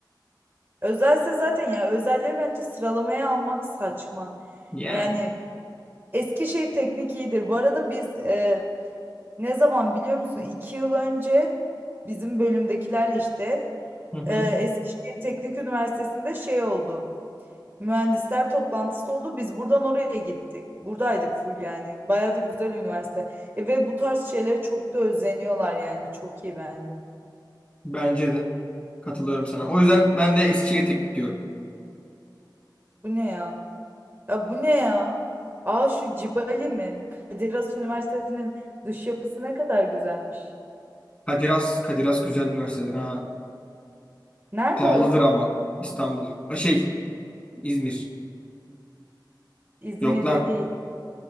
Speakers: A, on the right (about 30°); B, on the left (about 15°).
A: Özelse zaten ya özelleri bence sıralamaya almak saçma.
B: Yani.
A: Yani Eskişehir Teknik iyidir. Bu arada biz e, ne zaman biliyor musun? İki yıl önce bizim bölümdekilerle işte
B: Hı hı.
A: e, Eskişehir Teknik Üniversitesi'nde şey oldu. Mühendisler toplantısı oldu. Biz buradan oraya gittik. Buradaydık full yani. Bayağı da güzel üniversite. E, ve bu tarz şeylere çok da özeniyorlar yani. Çok iyi bence.
B: Bence de. Katılıyorum sana. O yüzden ben de Eskişehir'e tek diyorum.
A: Bu ne ya? Ya bu ne ya? Aa şu Cibali mi? Kadir Has Üniversitesi'nin dış yapısı ne kadar güzelmiş.
B: Kadiras, Kadiras güzel üniversitedir ha.
A: Nerede
B: Pahalıdır
A: orası?
B: ama İstanbul. O şey İzmir.
A: İzmir'de
B: Yok lan.
A: değil.